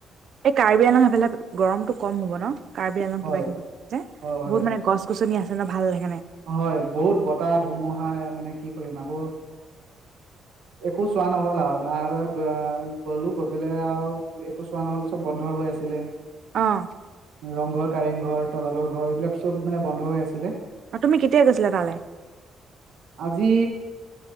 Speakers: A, on the right; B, on the right.
A: এই কাৰ্বি আলং সেইফালে গৰমতটো কম হ'ব ন কাৰ্বি আলং
B: হয়,
A: কিবা কিবি যে
B: হয়, হয়,
A: বহুত মানে গছ গছনি আছে ন ভাল লাগে
B: হয় বহুত বতাহ ধুমুহা মানে কি কৰিম আকৌ একো চোৱা নহল আৰু ত গলো গৈ পেলাই আৰু একো চোৱা নহল চব বন্ধ হৈ আছিলে
A: অ
B: ৰংঘৰ কাৰেংঘৰ তলাতল ঘৰ এইবিলাক চব মানে বন্ধ হৈ আছিলে
A: আৰু তুমি কেতিয়া গৈছিলা তালৈ
B: আজি